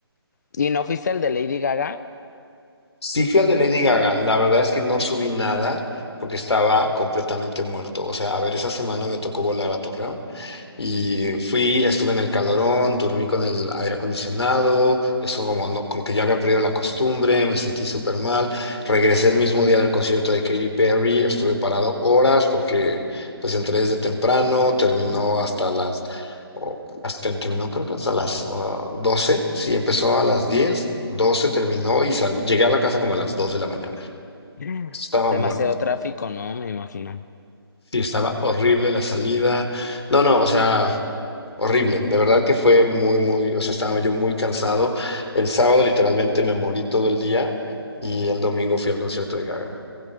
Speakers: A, on the left (about 45°); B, on the left (about 80°).
A: ¿Y no fuiste el de Lady Gaga?
B: Sí fui al de Lady Gaga. La verdad es que no subí nada porque estaba completamente muerto. O sea, a ver, esa semana me tocó volar a Torreón. Y fui, estuve en el calorón, dormí con el aire acondicionado, eso como, no- como que ya había perdido la costumbre, me sentí súper mal. Regresé el mismo día del concierto de Katy Perry, estuve parado horas porque pues entré desde temprano, terminó hasta las, o- hasta, terminó creo que hasta las ah, 12, sí, empezó a las diez 12 terminó y salí, llegué a la casa como a las 2 de la mañana.
A: <gasps>
B: Estaba
A: Demasiado
B: muerto.
A: tráfico, ¿no? Me imagino.
B: Sí, estaba horrible la salida. No, no, o sea, horrible. De verdad que fue muy, muy, o sea, estaba yo muy cansado. El sábado literalmente me morí todo el día y el domingo fui al concierto de Gaga.